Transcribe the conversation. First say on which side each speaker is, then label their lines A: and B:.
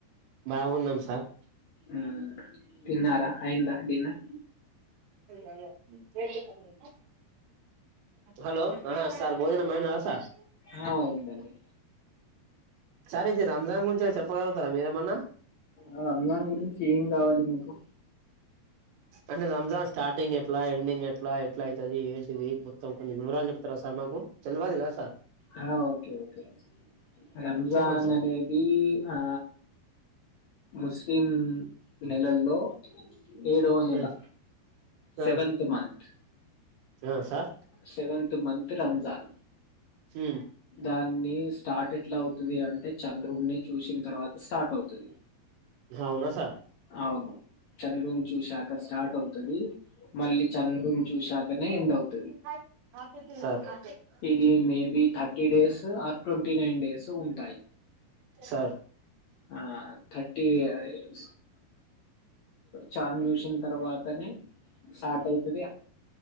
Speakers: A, on the right (about 85°); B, on the left (about 65°).
A: బాగున్నాం సార్
B: మ్మ్ తిన్నారా అయిందా డిన్నర్
A: అయ్యయ్యో హలో సార్ భోజనం అయినదా సార్
B: ఆ అయిందండి
A: సార్ ఇది రంజాన్ గురించి చెప్పగలుగుతారా మీరేమన్నా,
B: ఆ రంజాన్ గురించి ఏం కావాలి, మీకు
A: అంటే రంజాన్ స్టార్టింగ్ ఎట్లా ఎండింగ్ ఎట్లా ఎట్లా అయితాది, మో కొన్ని విరాలు చెప్తారా సార్ మాకు తెలవాదు కదా సార్,
B: హా ఓకే ఓకే రంజాన్
A: చెప్పండి సార్
B: అనేది ఆ ముస్లిం నెలల్లో ఏడు నెల
A: ఆ ఆ
B: సెవెంత్ మంత్,
A: ఆ సార్
B: సెవెంత్ మంత్ రంజాన్,
A: హు
B: దానిస్ స్టార్ట్ ఎట్లా అవుతుంది అంటే చంద్రుడిని చూసిన తర్వాత స్టార్ట్ అవుతది.
A: అవునా సార్
B: అవును చంద్రుని చూశా ఇక స్టార్ట్ అవుతది మళ్ళీ చంద్రుని చూశాకనే ఎండ్ అవుతది.
A: సరే
B: ఇది మేబి థర్టీ డేస్ ఆ ట్వంటీ నైన్ డేస్ ఉంటాయి.
A: సార్
B: ఆ థర్టీ డేస్ ఛాన్ చూసిన తర్వాతనే స్టార్ట్ అయితది. ఇగా